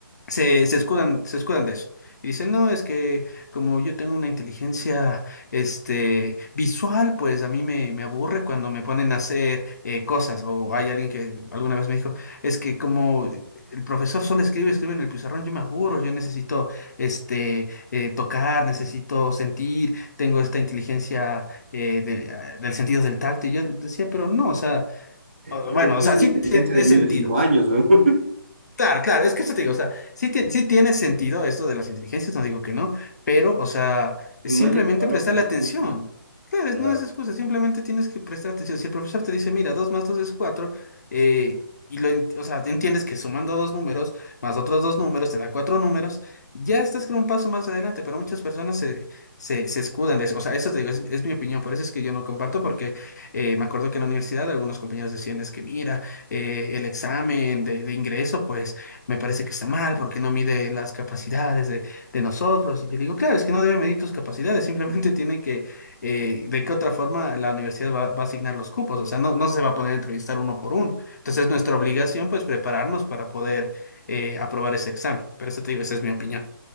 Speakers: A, on the left; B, on the right.
A: se, se escudan, se escudan de eso. Y dicen, no, es que como yo tengo una inteligencia este, visual, pues a mí me, me aburre cuando me ponen a hacer eh, cosas. O hay alguien que alguna vez me dijo, es que como el profesor solo escribe, escribe en el pizarrón, yo me aburro, yo necesito este, eh, tocar, necesito sentir, tengo esta inteligencia eh, de- del sentido del tacto. Y yo decía, pero no, o sea, o-
B: Lo
A: bueno,
B: que tienes
A: o sea,
B: es una
A: sí
B: inteligencia
A: tiene
B: de niño
A: sentido,
B: de cinco años, güey. <laughs>
A: Claro, claro, es que eso te digo, o sea, sí, ti- sí tiene sentido esto de las inteligencias, no digo que no, pero, o sea, es
B: No
A: simplemente
B: hay que tomarlo
A: prestarle
B: como excusa.
A: atención. Claro, es-
B: Ah,
A: no es excusa, simplemente tienes que prestar atención. Si el profesor te dice, mira, 2 más 2 es 4, eh, y lo, en- o sea, entiendes que sumando dos números más otros dos números te da cuatro números, ya estás con un paso más adelante, pero muchas personas se, se, se escudan de eso. O sea, eso te digo, es, es mi opinión, por eso es que yo no comparto, porque eh, me acuerdo que en la universidad algunos compañeros decían, es que mira, eh, el examen de, de ingreso, pues me parece que está mal porque no mide las capacidades de, de nosotros. Y yo digo, claro, es que no debe medir tus capacidades, simplemente <laughs> tiene que, eh, de qué otra forma la universidad va, va a asignar los cupos, o sea, no, no se va a poner a entrevistar uno por uno. Entonces, nuestra obligación,
B: ah.
A: pues, prepararnos para poder eh, aprobar ese examen. Pero eso te digo, esa es mi opinión.